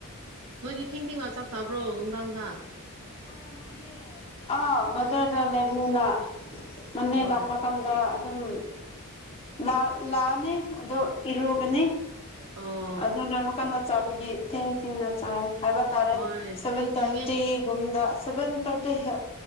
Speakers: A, on the right; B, on the left.
A: ꯅꯣꯏꯗꯤ ꯊꯦꯡ ꯊꯦꯡꯅ ꯆꯥꯛ ꯆꯥꯕ꯭ꯔꯣ ꯅꯨꯡꯗꯥꯡꯗ
B: ꯍꯣꯏ ꯑꯦ ꯃꯟꯅꯦ ꯑꯥ ꯕꯖꯥꯔꯗ ꯂꯩꯕꯅꯤꯅ ꯃꯅꯦ
A: ꯍꯣꯏ
B: ꯂꯥꯛꯄ ꯀꯥꯟꯗ ꯗꯨꯝ ꯂꯥꯛ ꯂꯥꯛꯑꯅꯤ ꯑꯗꯨ ꯏꯔꯨꯒꯅꯤ
A: ꯑꯣ
B: ꯑꯗꯨ ꯂꯣꯏꯕꯀꯥꯟꯗ ꯆꯥꯕꯒꯤ ꯊꯦꯡ ꯊꯦꯡꯅ ꯆꯥꯏꯌꯦ ꯍꯥꯏꯕ ꯇꯥꯔꯦ
A: ꯍꯣꯏ
B: ꯁꯦꯚꯦꯟ
A: ꯅꯣꯏꯗꯤ
B: ꯊꯥꯔꯇꯤ
A: ꯊꯦꯡꯉꯦ
B: ꯒꯨꯝꯗ ꯁꯚꯦꯟ ꯊꯥꯔꯇꯤꯗꯥ